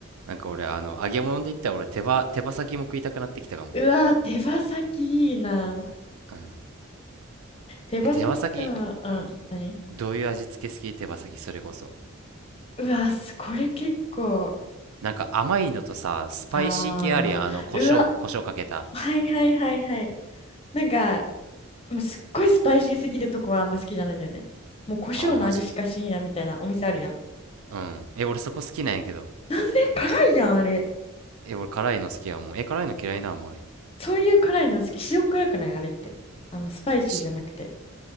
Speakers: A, on the right; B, on the left.
A: なんか俺あの揚げ物で言ったら俺手羽手羽先も食いたくなってきたかも
B: うわー、手羽先いいな。
A: うん
B: 手羽先か。
A: え手羽先
B: うん。何
A: どういう味付け好き手羽先それこそ
B: うわー、すこれ結構。
A: なんか甘いのとさスパイシー系あるやんあの胡椒胡椒かけた
B: あー。うわ、はいはいはいはい。なんか、もうすっごいスパイシーすぎるとこはあんま好きじゃないんだよね。もう胡椒の味しかしんやみたいなお店あるやん。
A: ああーマジうんえ俺そこ好きなんやけど
B: なんで辛いやん、あれ。
A: え、俺辛いの好きやもん。え、辛いの嫌いな甘い。
B: そういう辛いの好き。塩辛くないあれって。あの、スパイシーじゃなくて。
A: し、